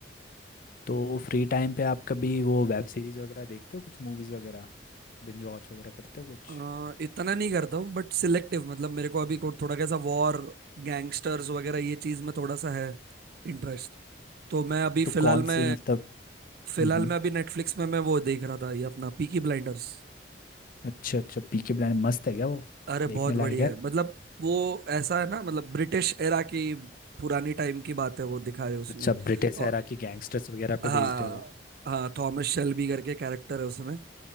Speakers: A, on the left; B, on the right.
A: तो फ्री टाइम पे आप कभी वो वेब सीरीज वगैरह देखते हो कुछ मूवीज वगैरह बिंज वॉच वगैरह करते हो कुछ
B: अ, इतना नहीं करता हूँ बट सिलेक्टिव मतलब मेरे को अभी को- थोड़ा कैसा वॉर गैंगस्टर्स वगैरह ये चीज में थोड़ा सा है इंटरेस्ट तो मैं अभी
A: तो
B: फिलहाल
A: कौन
B: में
A: सी मतलब
B: फिलहाल
A: हम्म हम्म।
B: में अभी नेटफ्लिक्स में मैं वो देख रहा था ये अपना पीकी ब्लाइंडर्स
A: अच्छा अच्छा पीके ब्लाइंडर मस्त है क्या वो
B: अरे
A: देखने
B: बहुत
A: लायक
B: बढ़िया
A: है
B: है मतलब वो ऐसा है ना मतलब ब्रिटिश एरा की पुरानी टाइम की बात है वो दिखाए उसमें
A: अच्छा ब्रिटिश
B: और
A: एरा की गैंगस्टर्स वगैरह
B: हाँ
A: पे बेस्ड है वो
B: हाँ थॉमस शेल्बी करके कैरेक्टर है उसमें